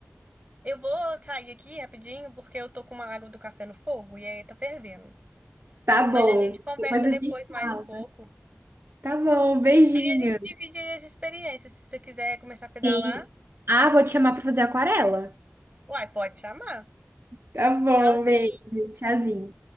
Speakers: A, on the right; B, on the right.
A: Eu vou sair aqui rapidinho porque eu tô com uma água do café no fogo e aí tá fervendo.
B: Tá
A: Mas
B: bom.
A: a gente conversa
B: Depois a
A: depois
B: gente
A: mais
B: fala.
A: um pouco.
B: Tá bom, beijinho.
A: a gente divide aí as experiências. Se você quiser começar a pedalar,
B: Sim. Ah, vou te chamar pra fazer aquarela.
A: uai, pode chamar.
B: Tá bom,
A: Tchauzinho.
B: beijo. Tchauzinho.